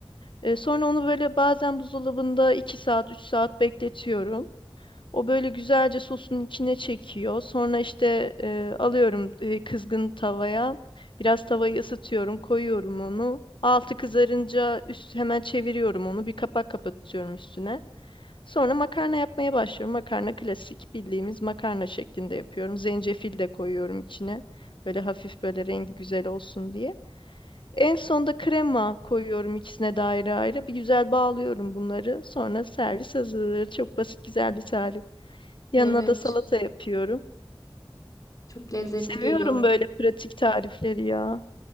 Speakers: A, on the left (about 65°); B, on the left (about 40°).
A: Ee, sonra onu böyle bazen buzdolabında 2 saat, 3 saat bekletiyorum. O böyle güzelce sosun içine çekiyor. Sonra işte e, alıyorum e, kızgın tavaya. Biraz tavayı ısıtıyorum, koyuyorum onu. Altı kızarınca üst hemen çeviriyorum onu. Bir kapak kapatıyorum üstüne. Sonra makarna yapmaya başlıyorum. Makarna klasik bildiğimiz makarna şeklinde yapıyorum. Zencefil de koyuyorum içine. Böyle hafif böyle rengi güzel olsun diye. En sonda krema koyuyorum ikisine de ayrı ayrı. Bir güzel bağlıyorum bunları. Sonra servis hazır. Çok basit güzel bir tarif. Yanına
B: Evet
A: da salata yapıyorum.
B: çok lezzetli
A: Seviyorum
B: geliyor.
A: böyle pratik tarifleri ya.